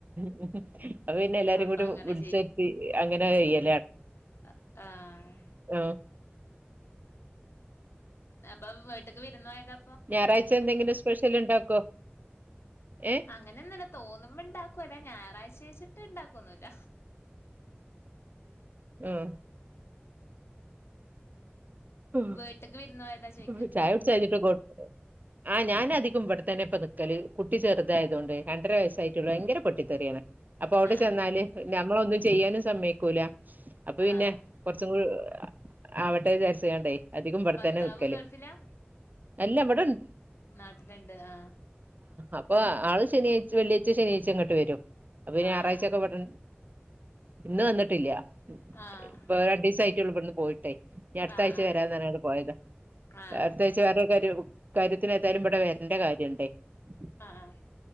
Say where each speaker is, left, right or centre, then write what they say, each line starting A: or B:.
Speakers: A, on the right; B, on the left.
A: ഹ് അപ്പൊ പിന്നെ എല്ലാരിംകൂടി
B: അപ്പൊ അങ്ങനെ
A: വിളിച്ചത്തി അങ്ങനെ എയ്യ
B: അഹ്ആഹ്
A: ആ
B: അപ്പൊ വീട്ട്ക്ക് വിരുന്നോയതാ
A: ഞായറാഴ്ച എന്തെങ്കിലും സ്പെഷ്യൽ ഉണ്ടാക്കോ ഏഹ്
B: അങ്ങനെൊന്നുല്ല തോന്നുമ്പോ ഇണ്ടാക്കുവല്ല ഞായറാഴ്ച വെച്ചിട്ട് ഇണ്ടാക്കൊന്നുല്ല
A: ഉം ഉം
B: വീട്ട്ക്ക് വിരുന്ന് പോയതാ ചോയിക്കാ
A: ചായ ഉട്ച്ചയഞ്ഞിട്ട് കൊ ആഹ് ഞാനധികം ഇബടെത്തന്നെ ഇപ്പൊ നിക്കല് കുട്ടി ചെറുതായതത് കൊണ്ടെ രണ്ട്ര വയസ്സായിട്ടുള്ള ഭയങ്കര പൊട്ടിത്തെറിയാണ് അപ്പൊ ഔടെ
B: ആഹ്
A: ചെന്നാല് ഞമ്മളൊന്നും ചെയ്യാനും സമ്മയ്ക്കൂല അപ്പൊ
B: ആഹ്
A: പിന്നെ
B: ആഹ്
A: കൊറച്ചും കൂടി ആവട്ടെ വിചാര്ച്ച്യണ്ടേ അധികം ബടെത്തന്നെ
B: ഭർത്താവ്
A: നിക്കല്
B: ഗൾഫിലാ
A: അല്ല ബ്ടെ
B: നാട്ടില്ണ്ട് ആ
A: അപ്പോ ആൾ ശനിയാഴ്ച വെള്ളിയാഴ്ച ശനിയാഴ്ച ഇങ്ങട്ട് വരും അപ്പൊ പിന്നെ
B: ആഹ്
A: ഞാറായ്ചക്കെ ഇവടെ ഇന്ന് വന്നിട്ടില്ല
B: ആഹ്
A: ഇപ്പൊ രണ്ടീസായിട്ട്ടൊള്ളു ഇവിടന്ന് പോയിട്ടെ ഞ അടുത്താഴ്ച
B: ആഹ് ആഹ്
A: വരാന്നർഞ്കാണ്ട് പോയതാ
B: ആഹ്
A: അടുത്താഴ്ച വേറൊരു കരു കാര്യത്തിനേതായാലും ഇവടെ വര്ണ്ട കാര്യംണ്ടേ <unintelligible>
B: ആഹ് ആഹ്